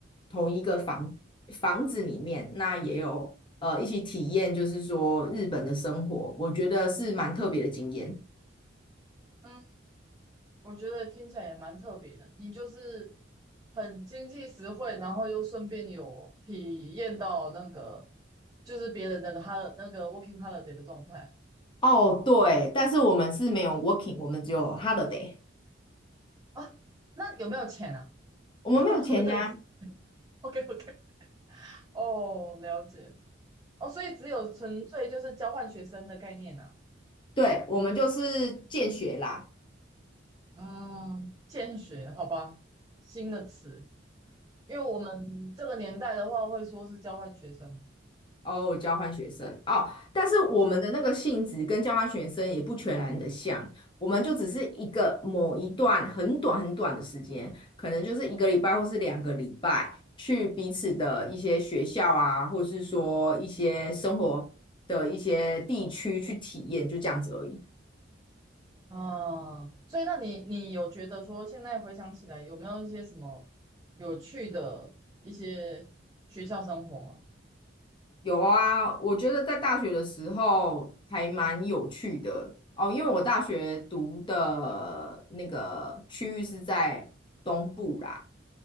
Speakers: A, on the left; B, on the right.
A: 同一个房房子里面，那也有呃一起体验，就是说日本的生活，我觉得是蛮特别的经验。
B: 嗯，我觉得听起来也蛮特别的。你就是很经济实惠，然后又顺便有体验到那个就是别人的他的那个 working holiday 的状态。
A: 哦，对，但是我们是没有 working，我们只有 holiday，
B: 啊，那有没有钱啊？
A: 我们没有钱拿，
B: <laughs> 我不对，OK OK，哦，了解，哦，所以只有纯粹就是交换学生的概念啊，
A: 对，我们就是见学啦。
B: 嗯，见学，好吧，新的词，因为我们这个年代的话会说是交换学生，
A: 哦，交换学生哦，但是我们的那个性质跟交换学生也不全然的像，
B: 嗯，
A: 我们就只是一个某一段很短很短的时间，可能就是一个礼拜或是两个礼拜，去彼此的一些学校啊，或是说一些生活的一些地区去体验，就这样子而已。
B: 啊，所以那你你有觉得说现在回想起来有没有一些什么有趣的一些学校生活吗？
A: 有啊，我觉得在大学的时候还蛮有趣的哦，因为我大学读的那个区域是在东部啦。